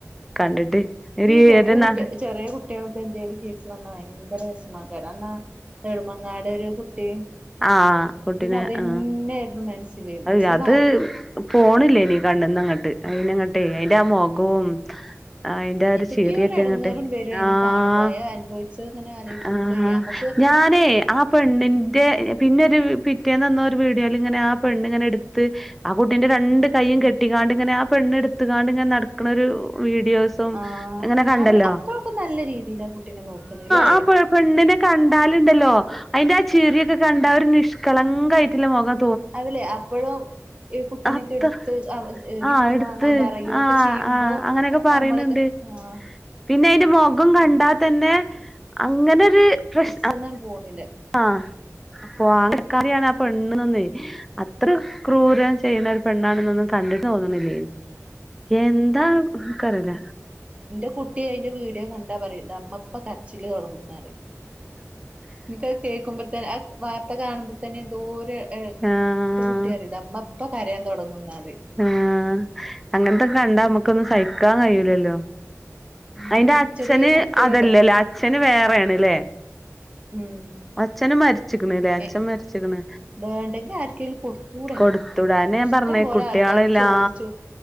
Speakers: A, in the centre; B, on the right.
A: കണ്ടിട്ട്
B: ഇൻക്കീ
A: ഒരു
B: ചെറ്യേ
A: ഒരു
B: കുട്ടേ
A: നട
B: ചെറ്യേ കുട്ട്യാൾത് എന്തേലും കേക്കാന്ന ഭയങ്കര വെഷമാക്കാരം അന്നാ നെടുമങ്ങാട് ഒരു കുട്ടി
A: ആഹ് കുട്ടിനെ
B: പിന്നെ അതന്നെയായിരുന്നു
A: ആ
B: മനസ്സില്
A: അയ്
B: ഈ
A: അത്
B: വ
A: പോണില്ലേനി കണ്ണ്ന്നങ്ങ ട്ട്
B: ആ
A: അയിനെങ്ങട്ടെ അയിന്റെ ആ മൊഖൂം ആ അയിന്റെ ആ ഒരു
B: എന്തൊക്കെയോ
A: ചിരിയൊക്കങ്ങട്ട്
B: എടങ്ങേറ് വരും അയിനെ
A: ആഹ്
B: കാണുമ്പോ അയാ അനുഭവിച്ചത് ഇങ്ങനെ ആലോചിക്കുമ്പളേ
A: ആഹ്
B: നമ്മക്ക്
A: ഞാ ഞാനേ ആ പെണ്ണിന്റെ പിന്നെ ഒരു പിറ്റേന്ന് എന്നോ ഒരു വീഡിയോയില് ഇങ്ങനെ ആ പെണ്ണ് ഇങ്ങനെ ഇട്ത്ത് ആ കുട്ടിന്റെ രണ്ട് കൈയും കെട്ടിക്കാണ്ടിങ്ങനെ ആ പെണ്ണ് ഇട്ത്ത് കാണ്ടിങ്ങനെ നടക്ക്ണൊരു വീഡിയോ സും
B: ആ
A: ഇങ്ങനെ കണ്ടല്ലോ
B: അവിടെ അപ്പോഴൊക്കെ നല്ല രീതിയിലാ കുട്ടീനെ നോക്കണല്ലേ
A: ആ പെ പെണ്ണിനെ കണ്ടാലുണ്ടല്ലോ അയിന്റെ ആ ചിറിയൊക്കെ കണ്ടാ ഒരു നിഷ്കളങ്ക ആയിട്ട്ള്ള മൊഖം
B: അതില്ലേ അപ്പഴും ഈ കുട്ടിന്യൊക്കെ
A: അത്ര
B: എടുത്ത്
A: ആഹ്
B: ഗിഫ്റ്റ്
A: എടുത്ത്
B: വാങ്ങാൻ പറയൊക്കെ
A: ആഹ്
B: ചെയ്യുമ്പോ
A: ആഹ് അങ്ങനെയൊക്കെ
B: അതൊക്കൊ
A: പറയണണ്ട്
B: നമ്മളൊക്കെ ആഹ്
A: പിന്നെ അയ്ന്റെ മൊഖം കണ്ടാ തന്നെ അങ്ങനെ ഒരു പ്രശ്
B: അട്ത്ത്ന്നാണ്ട് പോണില്ല
A: അഹ് അപ്പൊ <unintelligible> യാണ് ആ പെണ്ണ് നിന്നേ അത്ര ക്രൂരം ചെയ്യ്ണൊരു പെണ്ണാണ്നൊന്നും കണ്ടിട്ട് തോന്നണില്ലേനി എന്താ ഇൻകറില
B: ഇന്റെ കുട്ടി അയിന്റെ വീഡിയോ കണ്ടാ പറയും ഇതാ ഇമ്മപ്പം കരച്ചില് തൊടങ്ങും ന്നറയും ഇൻക്കത് കേക്കുമ്പത്ത ആ വാർത്ത കാണുമ്പ തന്നെ എന്തോ ഒരു
A: ആഹ്
B: ഇൻ്റെ കുട്ടി പറിം ഇതാ ഉമ്മ ഇപ്പം കരയാൻ തൊടങ്ങും ന്നറിം
A: ആഹ് അങ്ങൻത്തൊക്കെ കണ്ടാ നമ്മക്കൊന്നും സഹിക്കാൻ കയ്യൂലല്ലോ അയിന്റെ
B: ഈ
A: അച്ഛന്
B: ചെറിയ കുട്ടികളുടെ
A: അതല്ലലെ അച്ഛന് വേറെയാണ് ലെ
B: ഉം
A: അച്ഛന് മരിച്ചിക്ക്ണ് ലെ അച്ഛൻ
B: ഏ
A: മരിച്ചിക്ക്ണ്
B: വേണ്ടെങ്കി ആർക്കേലും കൊടുത്തൂടെ
A: കൊടുത്തൂടേ അതെന്നേ ഞാൻ
B: ഇഷ്ടം
A: പറഞ്ഞേ
B: പോലെ
A: കുട്ട്യോളില്ലാ
B: ആൾക്കാര് ചോദിച്ചു